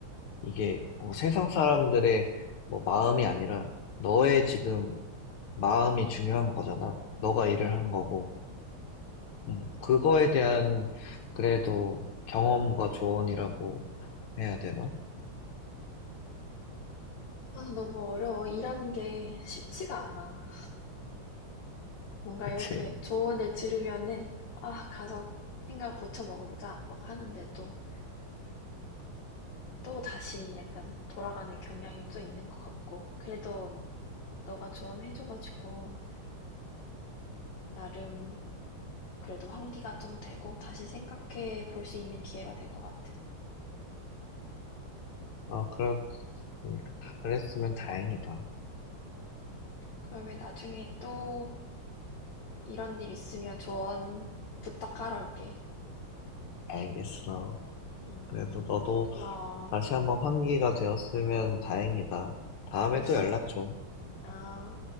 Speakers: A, on the left (about 80°); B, on the left (about 65°).
A: 이게 뭐 세상 사람들의 뭐 마음이 아니라 너의 지금 마음이 중요한 거잖아. 너가 일을
B: 응.
A: 한 거고. 음, 그거에 대한 그래도 경험과 조언이라고 해야 되나? <laughs>
B: 아, 너무 어려워. 일하는 게 쉽지가 않아. 뭔가
A: 그치?
B: 이렇게 조언을 들으면은 아, 가서 생각 고쳐 먹어보자 막 하는데도 또 다시 약간 돌아가는 경향이 또 있는 것 같고. 그래도 너가 조언해줘가지고 나름 그래도 환기가 좀 되고 다시 생각해 볼 수 있는 기회가 된 것 같아.
A: 아, 그렇으니까 다 그랬으면 다행이다.
B: 그러면 나중에 또 이런 일 있으면 조언 부탁하러 올게.
A: 알겠어.
B: 음,
A: 그래도 너도
B: 고마워.
A: 다시 한번 환기가 되었으면 다행이다. 다음에
B: <laughs>
A: 또 연락 줘.
B: 아.